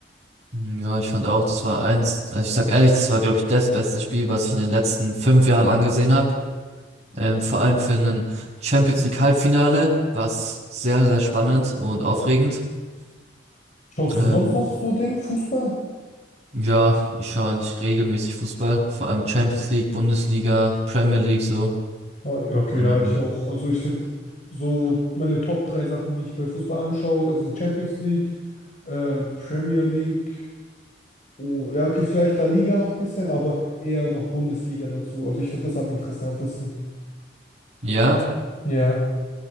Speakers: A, on the right; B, on the left.
A: Hm, Ja, ich fand auch, das war eins, also ich sag ehrlich, das war, glaube ich, das beste Spiel, was ich in den letzten fünf Jahren angesehen habe. Ähm, vor allem für ein Champions League Halbfinale war es sehr, sehr spannend und aufregend.
B: Schaust
A: Ähm,
B: du sonst noch so Ding, Fußball?
A: ja, ich schaue eigentlich regelmäßig Fußball, vor allem Champions League, Bundesliga, Premier League so.
B: Ah, ja, Okay,
A: Ähm,
B: ja, ich auch. Also ich finde so meine Top drei Sachen, die ich bei Fußball anschaue, sind Champions League, äh, Premier League. Oh, ja, okay, vielleicht La Liga noch ein bisschen, aber eher noch Bundesliga dazu. Also ich finde das am interessantesten.
A: ja.
B: Ja.